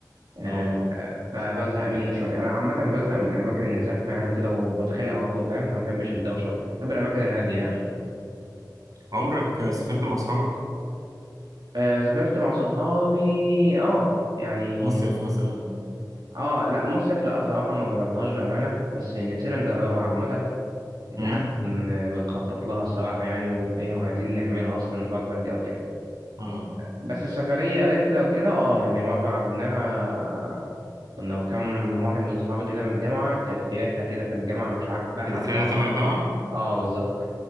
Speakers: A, on the right; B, on the right.
A: آه،
B: اه والله
A: فبزهق منه شويه انا عامه بزهق من الاماكن الزحمه يعني وكده وبتخانق على طول فاهم أنا ما بحبش الدوشه وكده بحب الاماكن الهاديه
B: مم.
A: يعني
B: عمرك سافرت مع اصحابك
A: آه، سافرت مع صحابي اه يعني
B: مصيف مثلا
A: اه لا مصيف لا صراحه ما جربناهاش بامانه بس نفسنا نجربها عامه دي
B: امم
A: حاجة بن- بنخطط لها الصراحة يعني وإيه وعايزين نعملها أصلا الفترة الجاية وكده
B: اه
A: بس السفرية رحلة وكده اه يعني مرة عملناها كنا وكم واحد من صحابي كده من الجامعة كانت في رحلة كده في الجامعة مش عارف رايحة
B: كانت
A: على
B: رحله
A: دهب
B: تبع الجامعه
A: اه بالظبط